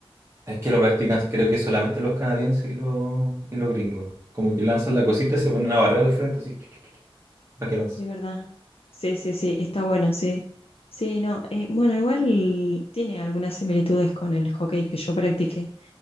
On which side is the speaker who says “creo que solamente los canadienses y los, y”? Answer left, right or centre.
Right